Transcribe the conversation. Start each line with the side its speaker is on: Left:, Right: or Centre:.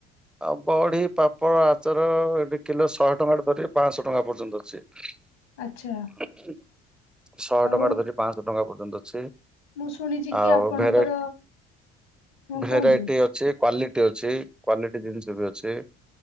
Centre: ଆଉ ବଢି ପାମ୍ପଡ଼ ଆଚାର ଏଠି କିଲୋ ଶହେ ଟଙ୍କାରେ ଧରି ପାଞ୍ଚଶହ ଟଙ୍କା ପର୍ଯ୍ୟନ୍ତ ଅଛି।
Left: ଆଚ୍ଛା
Centre: ସଟ
Left: ଆଉ
Centre: ଟଙ୍କା ଟା ଧରି ପାଞ୍ଚଶହ ଟଙ୍କା ପର୍ଯ୍ୟନ୍ତ ଅଛି
Left: ମୁଁ ଶୁଣିଛି କି
Centre: ଆଉ
Left: ଆପଣଙ୍କର
Centre: ଭେରେ
Left: ହଁ
Centre: ଭେରାଇଟି
Left: କୁହନ୍ତୁ
Centre: ଅଛି କ୍ଵାଲିଟି ଅଛି କ୍ଵାଲିଟି ଜିନିଷ ବି ଅଛି।